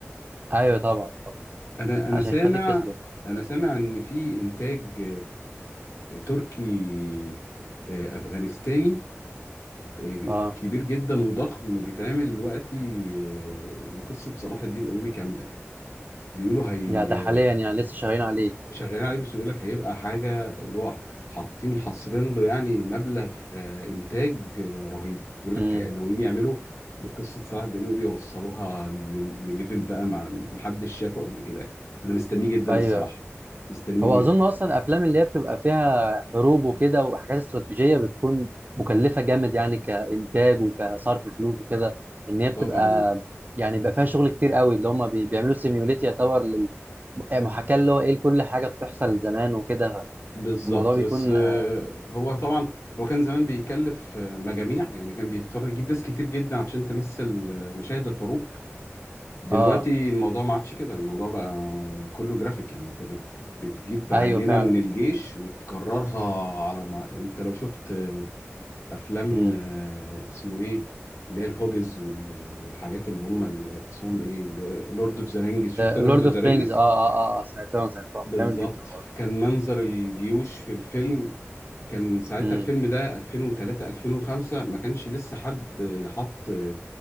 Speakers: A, on the right; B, on the left.
A: ايوه طبعا طبعا
B: انا انا
A: عشان
B: سامع
A: يختفي القصه
B: انا سامع ان في انتاج آه، تركي آه، افغانستاني آه،
A: اه
B: كبير جدا وضخم بيتعمل دلوقتي آه، لقصة صلاح الدين الايوبي كاملة بيقولوا هي
A: يعني ده حاليا يعني لسه شغالين عليه
B: شغالين عليه بس بيقول لك هيبقى حاجه اللي هو حاطين حاصرين له يعني مبلغ آه، انتاج آه، رهيب بيقول لك
A: امم
B: ناويين يعملوا بقصه صلاح الدين بيوصلوها ل- لليفل بقى ما محدش شافه قبل كده يعني. انا مستنيه جدا
A: ايوه
B: الصراحه مستنيه
A: هو
B: جدا
A: اظن اصلا افلام اللي هي بتبقى فيها حروب وكده وحاجات استراتيجيه بتكون مكلفه جامد يعني كانتاج وكصرف فلوس وكده ان هي بتبقى
B: طبعا
A: يعني بيبقى فيها شغل كتير قوي اللي هم بي- بيعملوا سيميوليت يعتبر لل يعني محاكاه اللي هو ايه لكل حاجه بتحصل زمان وكده
B: بالظبط
A: الموضوع بيكون
B: بس آه،
A: اه
B: هو طبعا هو كان زمان بيكلف آه، مجاميع يعني كان بيضطر يجيب ناس كتير جدا عشان تمثل آه، مشاهد الحروب دلوقتي
A: آه،
B: الموضوع ما عادش كده الموضوع بقى كله جرافيك يعني انت بت... بتجيب عينة
A: ايوه فعلا
B: من الجيش وتكررها على ما انت لو شفت آه، افلام
A: امم
B: آه، اسمه ايه اللي هي الهوبز وال... والحاجات اللي هم اللي اسمهم ايه لورد اوف ذا رينجز شفت لورد
A: اللورد
B: اوف
A: اوف
B: ذا رينجز
A: رينجز اه اه اه آه، سمعتهم سمعتهم
B: بالظبط
A: جامد جدا برضه
B: كان منظر الجيوش في الفيلم كان ساعتها
A: امم
B: الفيلم ده 2003 2005 ما كانش لسه حد آه، حط آه،